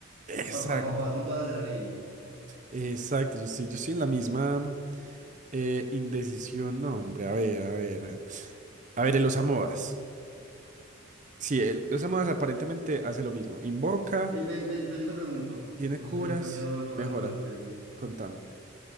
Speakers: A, on the right; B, on the right.
A: exacto,
B: Para, para, jugar con todas las de la ley.
A: exacto, yo estoy, yo estoy en la misma eh, indecisión, no, hombre, a ver, a ver. A ver, el osamodas. Sí, el, el Samudas aparentemente hace lo mismo. Invoca,
B: Ven, ven, ven, ven, yo te pregunto,
A: tiene
B: no
A: curas
B: sé si han cambiado algo,
A: y mejora.
B: algo del juego.
A: Contame.